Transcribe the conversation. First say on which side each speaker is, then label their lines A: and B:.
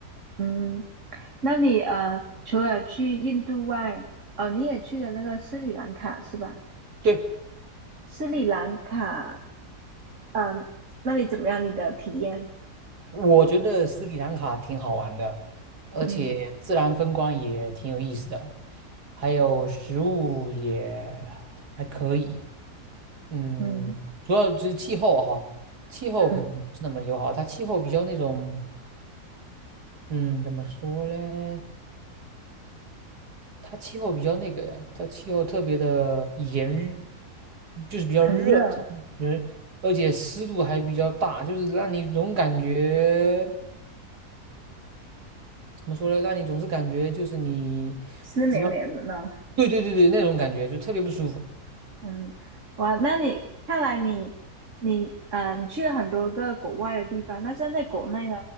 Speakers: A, on the right; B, on the right.
A: 嗯。那你呃，除了去印度外，哦，你也去了那个斯里兰卡是吧？
B: 对。
A: 斯里兰卡，嗯，那里怎么样？你的体验？
B: 我觉得斯里兰卡挺好玩的，而且自然风光也挺有意思的，
A: 嗯
B: 还有食物也还可以。嗯，
A: 嗯
B: 主要就是气候哈，气候可能不是那么友好，
A: 嗯，
B: 它气候比较那种，嗯，怎么说嘞？它气候比较那个呀，它气候特别的炎热，就是比较热，
A: 很热，
B: 同时而且湿度还比较大，就是让你总感觉。怎么说呢？让你总是感觉就是你只要
A: 湿黏黏的呢。
B: 对对对对那种感觉就特别不舒服。
A: 嗯，哇，那你看来你你呃，你去了很多个国外的地方，那像在国内呢？